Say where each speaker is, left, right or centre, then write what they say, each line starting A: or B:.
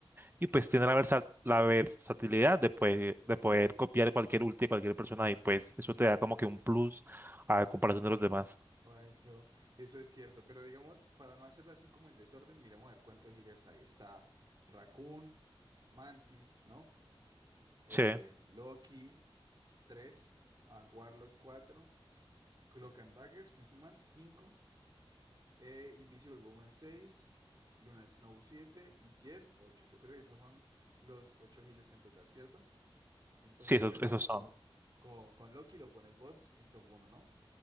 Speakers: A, on the right; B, on the right.
A: y pues tiene la, versa- la versatilidad de, poder- de poder copiar cualquier ulti de cualquier persona y pues eso te da como que un plus a comparación de los demás.
B: Ah, eso, eso es cierto, pero digamos, para no hacerlo así como en desorden, miremos a ver cuántos healers hay. Está Raccoon, Mantis, ¿no? Eh,
A: Sí,
B: Loki, 3, Warlock, 4, Cloak and Dagger, si no estoy mal, 5. Eh, Invisible Woman 6, Luna Snow 7 y Jeff 8. Yo creo que esos son los 8 healers en total, ¿cierto? Entonces
A: sí, esos,
B: empezamos
A: esos son.
B: con, con, con Loki, lo pones vos en top uno, ¿no?